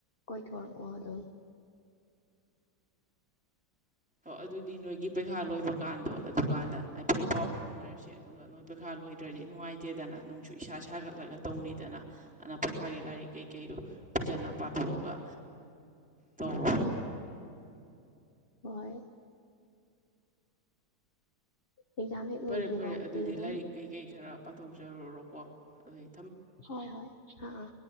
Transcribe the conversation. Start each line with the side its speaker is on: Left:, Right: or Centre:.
Left: ꯀꯣꯏꯊꯣꯔꯛꯑꯣ ꯑꯗꯨꯝ
Centre: ꯑꯣ ꯑꯗꯨꯗꯤ ꯅꯣꯏꯒꯤ ꯄꯩꯈꯥ ꯂꯣꯏꯕ ꯀꯥꯟꯗꯣ ꯑꯗꯨꯀꯥꯟꯗ ꯍꯥꯏꯐꯦꯠ ꯄꯥꯎ ꯐꯥꯎꯅꯔꯁꯤ ꯑꯗꯨꯒ ꯅꯣꯏ ꯄꯩꯈꯥ ꯂꯣꯏꯗ꯭ꯔꯗꯤ ꯅꯨꯡꯉꯥꯏꯇꯦꯗꯅ ꯅꯪꯁꯨ ꯏꯁꯥ ꯁꯥꯒꯠꯂꯒ ꯇꯧꯅꯤꯩꯗꯅ ꯑꯗꯨꯅ ꯄꯩꯈꯥꯒꯤ ꯂꯥꯏꯔꯤꯛ ꯀꯩꯀꯩꯗꯣ ꯐꯖꯅ ꯄꯥꯊꯣꯛꯑꯒ ꯇꯧꯔꯣ
Left: ꯍꯣꯏ ꯑꯦꯛꯖꯥꯝ ꯍꯦꯛ
Centre: ꯐꯔꯦ
Left: ꯂꯣꯏꯗ꯭ꯔꯤꯐꯥꯎꯗꯤ
Centre: ꯐꯔꯦ ꯑꯗꯨꯗꯤ
Left: ꯑꯗꯨꯝ
Centre: ꯂꯥꯏꯔꯤꯛ ꯀꯩꯀꯩ ꯈꯔ ꯄꯥꯊꯣꯛꯆ ꯆꯔꯨꯔꯣꯀꯣ ꯑꯗꯨꯒꯤ
Left: ꯍꯣꯏ ꯍꯣꯏ ꯑ ꯑ